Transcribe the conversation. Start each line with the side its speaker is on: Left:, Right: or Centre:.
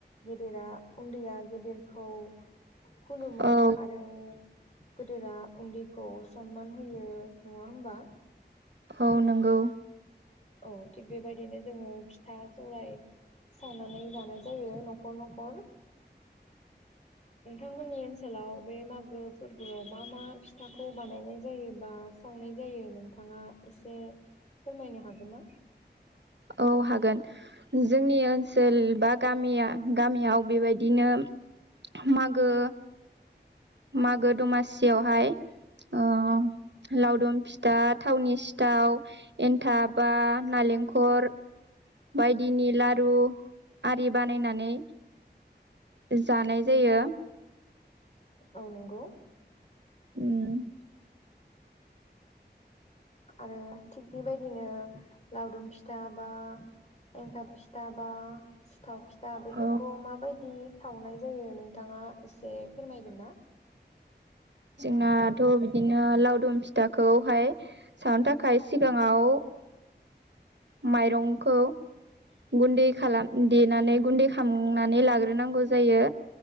Left: गेदेरा उन्दैया गेदेरखौ। खुलुमो
Right: औ
Left: आरो गोदोरा उन्दैखौ सनमान होयो। नङा होमबा।
Right: औ नोंगौ
Left: औ थिग बेबायदिनो जोङो फिथा सौराय सावनानै जानाय। जायो नखर नखर नोंथांमोननि ओनसोलाव बे मागो फोरबोआव मा मा फिथाखौ बानायनाय जायोबा सावनाय जायो नोंथाङा एसे फोरमायनो हागोन ना?
Right: औ हागोन जोंनि ओनसोल बा गामिया गामियाव बेबायदिनो। मागो मागो दमासियावहाय ओ लावदुम फिथा थावनि सिथाव एन्थाब बा नालेंखर। बायदिनि लारु आरि बानायनानै। जानाय जायो
Left: औ नंगौ
Right: ओम <inaudible>
Left: आरो थिग बेबायदिनो लावदुम फिथा बा एन्थाब फिथा बा सिथाव फिथा बेफोरखौ
Right: औ
Left: माबायदि सावनाय जायो नोंथाङा एसे फोरमायगोन ना
Right: जोंनाथ' बिदिनो लावदुम फिथाखौहाय सावनो थाखाय सिगां आव माइरंखौ गुन्दै खालाम देनानै गुन्दै खालामनानै लाग्रोनांगौ जायो